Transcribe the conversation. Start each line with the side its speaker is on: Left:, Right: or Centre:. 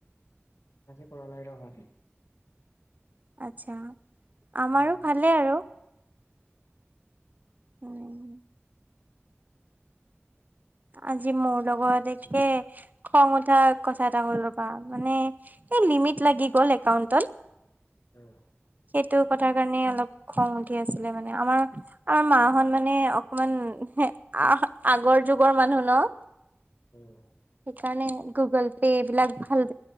Left: আজি কৰা নাই ৰ' আমাৰ।
Right: আচ্ছা, আমাৰো
Left: উম
Right: ভালে আৰু। উম। আজি মোৰ লগত, একে খং উঠা কথা এটা হ'ল ৰ'বা, মানে এই লিমিট লাগি গ'ল একাউন্টত।
Left: উম।
Right: সেইটো কথাৰ কাৰণে অলপ খং উঠি আছিলে মানে, আমাৰ আমাৰ মাহঁত মানে অকমান আহ, আগৰ যুগৰ মানুহ ন।
Left: উম।
Right: সেইকাৰণে গুগল পে, এইবলাক ভাল,